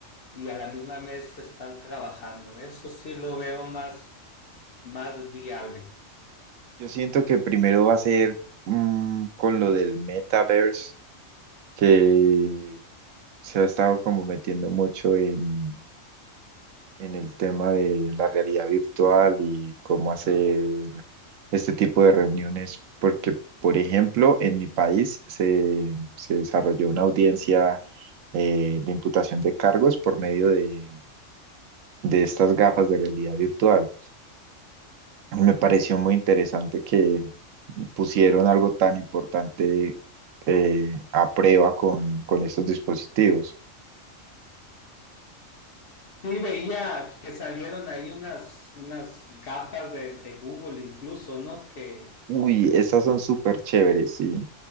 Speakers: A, on the left; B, on the right.
A: y a la misma vez estar trabajando. Eso sí lo veo más, más viable.
B: Yo siento que primero va a ser mm, con lo del metaverse, que se ha estado como metiendo mucho en, en el tema de la realidad virtual y cómo hacer
A: Ajá.
B: este tipo de reuniones, porque, por ejemplo, en mi país se, se desarrolló una audiencia eh, de imputación de cargos por medio de, de estas gafas de realidad virtual. Y me pareció muy interesante que pusieron algo tan importante eh, a prueba con, con estos dispositivos.
A: Sí, veía que salieron ahí unas, unas gafas de, de Google incluso, ¿no? Que,
B: Uy, estas son súper chéveres, sí.